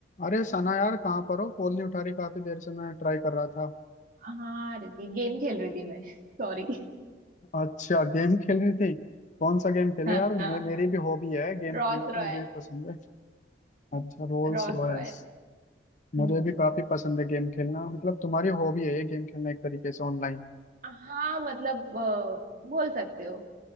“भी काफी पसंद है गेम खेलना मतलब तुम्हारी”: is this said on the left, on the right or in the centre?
Left